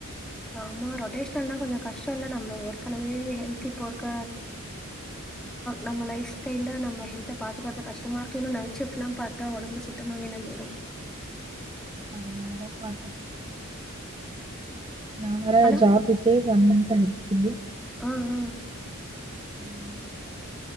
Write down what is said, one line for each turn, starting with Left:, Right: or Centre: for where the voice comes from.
Centre: ஆமா ரொட்டேஷனல்னா கொஞ்சோ கஷ்டோ இல்ல நம்ம ஏற்கனவே ஹெல்தி போர்க்க
Right: <inaudible>
Centre: நம்ம லைப் ஸ்டைல்ல நம்மஹெல்த்த பாத்துக்கற்து கஷ்டமா இருக்கு இன்னுநைட் ஃஷிப்ட்ல்லா பாத்தா ஒடம்பு சுத்தமா வீணா பேயிடு
Right: அதனாலதா பாத்த நா வேற
Centre: ஆனா
Right: ஜாப் கி இதுவே ஒன் மந்த் ஆயிடுச்சு
Centre: ஆ ஆ
Right: உம்